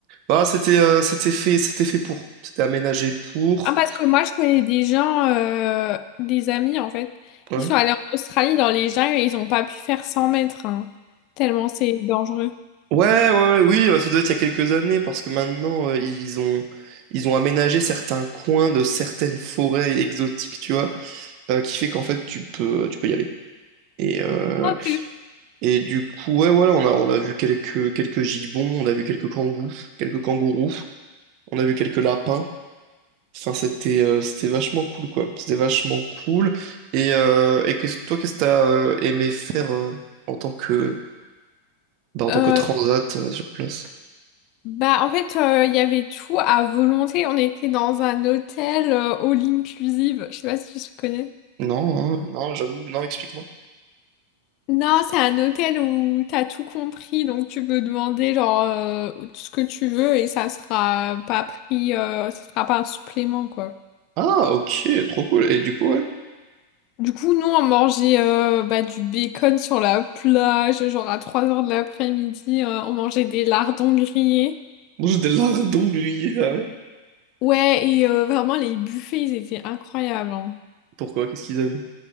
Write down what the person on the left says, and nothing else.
Ah, parce que moi, je connais des gens, euh, des amis en fait.
Ils sont allés en Australie dans les jungles et ils ont pas pu faire cent mètres. hein. Tellement c'est dangereux.
Ok.
Euh,
Bah, en fait, euh, il y avait tout à volonté. On était dans un hôtel euh, all inclusive. Je sais pas si tu connais.
Non, c'est un hôtel où t'as tout compris, donc tu peux demander genre euh, ce que tu veux et ça sera pas pris, euh, ça sera pas un supplément quoi.
Du coup, nous on mangeait euh, bah, du bacon sur la plage, genre à 3 heures de l'après-midi, euh, on mangeait des lardons grillés.
Ouais, et euh, vraiment les buffets ils étaient incroyables. hein.